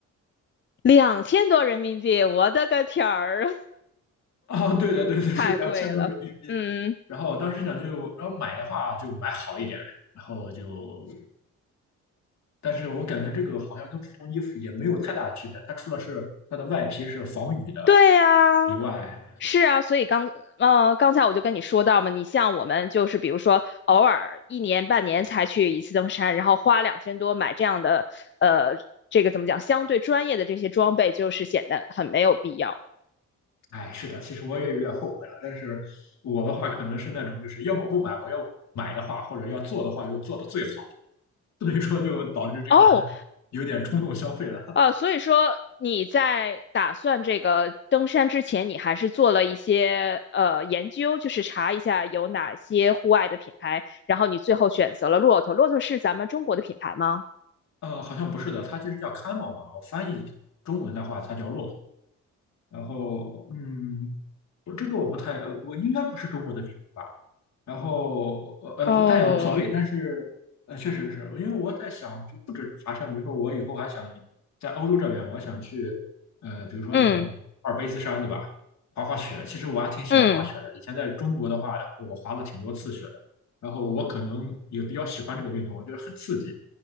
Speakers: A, on the left; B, on the left.
A: 两千多人民币，我的个天儿，
B: <laughs> 啊，对的，
A: <laughs>
B: 对的，是两千多人民币。
A: 太贵了。嗯，
B: 然后我当时想就，然后买的话就买好一点，然后就但是我感觉这个好像跟普通衣服也没有太大的区别，它除了是它的外皮是防雨的
A: 对呀，
B: 以外，
A: 是啊，所以刚呃刚才我就跟你说到嘛，你像我们就是比如说偶尔一年半年才去一次登山，然后花两千多买这样的呃这个怎么讲，相对专业的这些装备，就是显得很没有必要
B: 哎，是的，其实我也有点后悔了。但是我的话可能是那种就是要么不买，我要买的话或者要做的话就做的最好，所以说就导致这个
A: 哦。
B: 有点冲动消费了。
A: 呃，所以说你在打算这个登山之前，你还是做了一些呃研究，就是查一下有哪些户外的品牌，然后你最后选择了骆驼。骆驼是咱们中国的品牌吗？
B: 呃，好像不是的，它其实叫 camel 嘛，我翻译中文的话它叫骆驼。然后，嗯，我这个我不太，呃我应该不是中国的品牌吧？然后呃，
A: 哦，
B: 呃但也无所谓。但是呃，确实是因为我在想，就不止是爬山，比如说我以后还想在欧洲这边，我想去呃，比如说那个阿尔卑斯山，
A: 嗯
B: 对吧？滑滑雪，其实我还挺喜欢滑雪的。
A: 嗯，
B: 以前在中国的话，我滑了挺多次雪的。然后我可能也比较喜欢这个运动，我觉得很刺激。